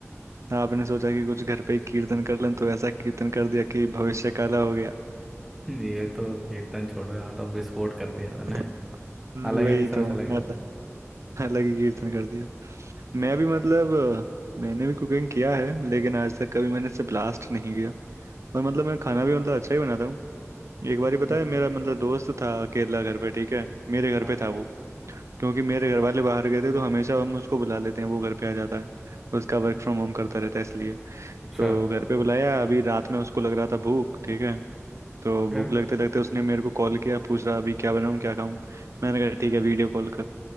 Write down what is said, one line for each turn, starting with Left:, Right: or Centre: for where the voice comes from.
Right: आपने सोचा कि कुछ घर पे ही कीर्तन कर लें तो ऐसा कीर्तन कर दिया कि
Centre: हम्म,
Right: भविष्य काला हो गया
Centre: ये तो कीर्तन छोड़ो यहाँ तो विस्फोट कर दिया मैंने
Right: <laughs> हम्म,
Centre: अलग
Right: वही
Centre: ही दिशा
Right: तो
Centre: में चला
Right: मतलब
Centre: गया
Right: अलग ही कीर्तन कर दिया मैं भी मतलब अ, मैंने भी कुकिंग किया है लेकिन आज तक कभी मैंने इससे ब्लास्ट नहीं किया और मतलब मैं खाना भी मतलब अच्छा ही बनाता हूँ एक बार ही पता
Centre: हाँ,
Right: है मेरा मतलब दोस्त था अकेला घर पे ठीक है मेरे घर
Centre: हाँ,
Right: पे था वो क्योंकि मेरे घर वाले बाहर गए थे तो हमेशा हम उसको बुला लेते हैं वो घर पे आ जाता है उसका वर्क
Centre: हाँ।
Right: फ्रॉम होम करता रहता है इसलिए
Centre: अच्छा
Right: तो घर पे बुलाया अभी रात में उसको लग रहा था भूख ठीक है तो
Centre: फिर
Right: भूख लगते लगते उसने मेरे को कॉल किया पूछ रहा अभी क्या बनाऊँ क्या खाऊं मैंने कहा ठीक है वीडियो कॉल